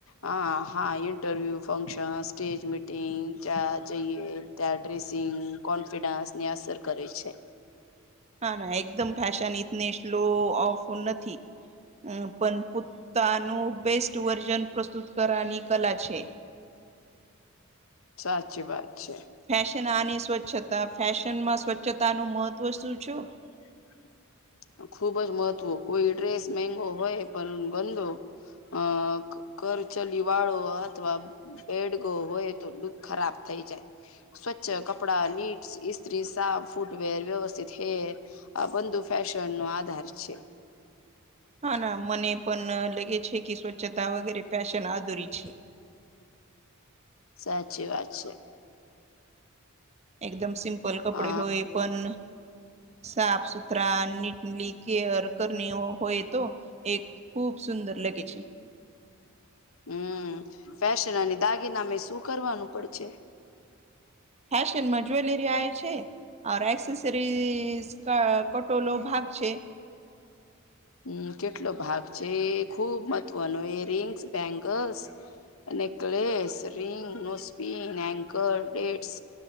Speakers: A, on the left; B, on the right.
A: હા હા ઇન્ટરવ્યુ ફંક્શન સ્ટેજ મીટિંગ ત્યાં જઈએ ત્યાં ડ્રેસિંગ કોન્ફિડન્સ ને અસર કરે છે
B: હા ના એકદમ ફેશન ઇતને સ્લો ઓફ નથી અ પણ પોતાનું બેસ્ટ વર્જન પ્રસ્તુત કરવાની કલા છે
A: સાચી વાત છે
B: ફેશન આની સ્વચ્છતા ફેશનમાં સ્વચ્છતાનું મહત્ત્વ શું છું
A: <inaudible> ખુબ જ મહત્વ કોઈ ડ્રેસ મંગો હોય પણ ગંદો અ કરચલીવાળો અથવા બેડગ હોય તો લુક ખરાબ થઈ જાય સ્વચ્છ કપડા નીટ સ્ત્રી સાફ ફૂટવેર વ્યવસ્થિત હેર આ બંધુ ફેશન નો આધાર છે
B: હા ના મને પણ લાગે છે કે સ્વચ્છતા વગેરે ફેશન આધુરી છે
A: સાચી વાત છે
B: એકદમ સિમ્પલ કપડે
A: અ
B: હોય પણ સાફ સુથરા નીટલી કેયર કર હોય તો એક ખૂબ સુંદર લગે છે
A: હમ ફેશન અને દાગીનામે શું કરવાનું પડશે
B: ફશનમાં જ્વેલરી છે આ એકક્સસરીઝ કટોલો ભાગ છે
A: બના હમ કેટલો ભાગ છે ખુબ મહત્વનો એ rings bangles necklace ring નસ્પિન hanger રેટ્સ